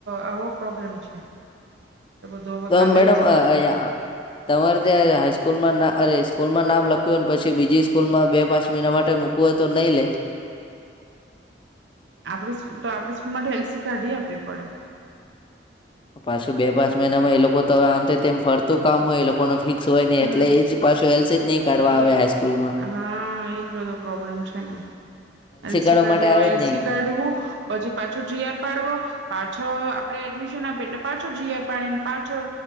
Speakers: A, on the right; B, on the left.
A: આવો પ્રોબ્લેમ છે. એ બધું હવે
B: ત્યાં
A: કાલે
B: મેડમ
A: જવા
B: આયા
A: પડે
B: અ તમારે ત્યાં હાઈસ્કૂલમાં ના અરે સ્કૂલમાં નામ લખ્યું હોય ન પછી બીજી સ્કૂલમાં બે પાંચ મહિના માટે મૂ ક્વુ હોય તો નઈ લે?
A: આપડી સ્કૂ તો આપડી સ્કૂલ માથી એલસી કાઢી આપવી પડે.
B: પાછો બે પાંચ મહિનામાં એ લોકો તો હવે આમ થી તેમ ફરતું કામ હોય એ લોકો નો ફિક સોયને
A: હમ
B: એટલે એ જ પાછો એલ્સીજ નહી કાઢવા
A: એજ
B: આવે હાઈસ્કૂલમાં
A: હા એજ બધો પ્રોબ્લેમ છે ને. એલસી
B: કાઢવા
A: કાઢયા
B: માટે આવે
A: ઓ
B: જ
A: એલસી
B: નહી
A: કાઢવું, પછી પાછો જીઆર પાડવો. પાછો આપડે એડમિશન આપીયે એટલે પાછળ જીઆર પાડીને પાછો